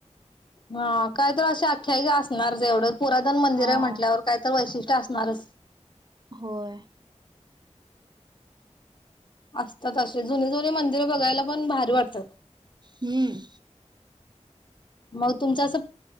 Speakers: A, on the left; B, on the right.
A: हा काय तर अशी आख्यायिका असणार जे एवढं पुराधन मंदिर
B: हा
A: आहे म्हटल्यावर काय तर वैशिष ते असणारच.
B: होय.
A: असतात अशी जुनीजुनी मंदिर बगायला पन भारी वाटतात.
B: हं.
A: मग तुमच्यात